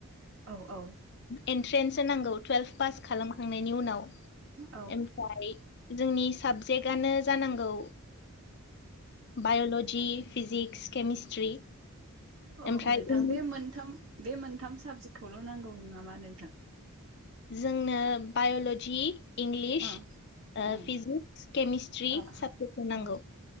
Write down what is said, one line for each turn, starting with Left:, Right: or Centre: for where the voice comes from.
Right: औ औ
Left: एन्ट्रेन्सस नांगौ टुवेल्भ पास खालामखांनाय नि उनाव।
Right: औ
Left: ओमफ्राय जोंनि साबजेक्टआनो जानांगौ बायल'जि, फिजिक्स, केमिस्ट्रि,
Right: औ
Left: ओमफ्राय
Right: नोंथां
Left: इंलिस
Right: बे मोनथाम बे मोनथाम साबजेक्टखौल' नांगौ न नामा नोंथां?
Left: जोंनो बायल'जि इंलिस,
Right: उम उम
Left: फिजिक्स, केमिस्ट्रि
Right: औ
Left: साबजेक्टखौ नांगौ।